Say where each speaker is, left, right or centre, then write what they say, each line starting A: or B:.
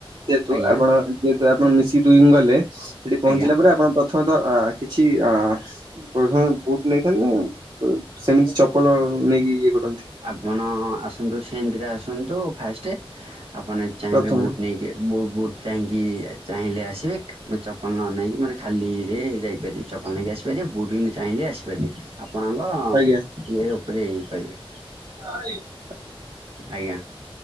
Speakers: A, on the right; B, on the right.
A: ଯେହେତୁ
B: ଆଜ୍ଞା।
A: ଆପଣ ଯେହେତୁ ଆପଣ ମିଶିକି ଦୁଇ ଗଲେ ସେଠି ପହଞ୍ଚିଲା
B: ଆଜ୍ଞା
A: ପରେ ଆପଣ ପ୍ର <unintelligible> କିଛି ଅ ପ୍ରଥମେ ବୁଟ ନେଇଥାନ୍ତ ନା? ସେମିତି ଚପଲ ନେଇକି ଇଏ କରୁ‌।
B: ଆପଣ ଆସନ୍ତୁ ସେମିତିରେ ଆସନ୍ତୁ ଫାଷ୍ଟେ। ଆପଣ ଯଦି ଚାହିଁବେ
A: ପ୍ରଥମେ
B: ବୁଟ୍ ନେଇକି ବୁଟ୍ ବୁଟ୍ ଚାହିଁ କି ଚାହିଁଲେ ଆସିବେ ମୁଁ ଚପଲ ନ ନେଇକି ମାନେ ଖାଲିରେ ଯାଇ ପାରିବେ ଚପଲ ନେଇକି ଆସିପାରିବେ ବୁଟ୍ ଚାହିଁଲେ ଆସିପାରିବେ ଆପଣଙ୍କ
A: ଆଜ୍ଞା
B: ଇଏ ଉପରେ ଇଏ କରିବେ।
A: <unintelligible>
B: ଆଜ୍ଞା।